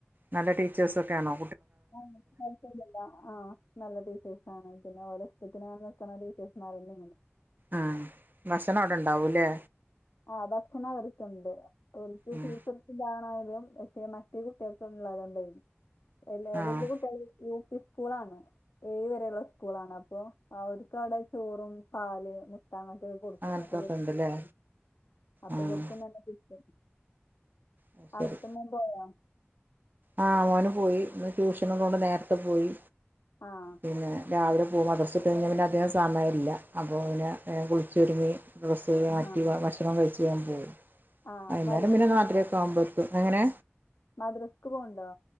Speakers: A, on the right; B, on the left.
A: നല്ല ടീച്ചേഴ്സൊക്കെയണോ
B: <unintelligible> ആഹ് നല്ല ടീച്ചേഴ്സാണ് പിന്നെ ഒലേ ഇഷ്ടത്തിനാ നിക്കുന്ന ടീച്ചേഴ്സ് മാര് തന്നെല്ലാ
A: ആഹ് ഭക്ഷണ അവിടെ ഉണ്ടാവൂല്ലേ
B: ആഹ് ഭക്ഷണ അവർക്ക്ണ്ട് ഓൽക്ക്
A: ഉം
B: ഫീസ് ന്താണായാലും എസ്‌റ്റി മറ്റേ കുട്ടികൾക് ഉള്ളത് ണ്ടായെന്നു ല്ല
A: ആഹ്
B: വല്യ കുട്ടികള് യു പി സ്കൂളാണ് ഏഴ് വരെയുള്ള സ്കൂളാണ് അപ്പൊ അവർക്ക് അവിടെ ചോറും പാല് മുട്ട അങ്ങനത്തെ കൊടുക്കും
A: അങ്ങനത്തൊക്കെ ഉണ്ടല്ലേ
B: <unintelligible> അപ്പൊ
A: ആഹ്
B: ഇവർക്കും നല്ല കിട്ടും
A: അത്
B: അവിടുത്തമോൻ
A: ശരി
B: പോയാ
A: ആഹ് മോന് പോയി ഇന്ന് ട്യൂഷനോള്ളോണ്ട് നേരത്തെ പോയി
B: ആഹ്
A: പിന്നെ രാവിലെ പോകു മദ്രസ വിട്ടയിഞ്ഞാൽ പിന്നെ അധിക സമയല്ല അപ്പോൾ പിന്നെ വേഗം കുളിച്ചൊരുങ്ങി <unintelligible>
B: ആ
A: ആക്ടിവ പക്ഷെ കഴിച്ച് ഓൻ പോവും
B: ആ
A: വൈന്നേരം
B: മദ്രസ
A: പിന്നെ നാലരയൊക്കെ ആവുമ്പോ എത്തും എങ്ങനെ
B: മദ്രസ്ക്ക് പോവുണ്ടോ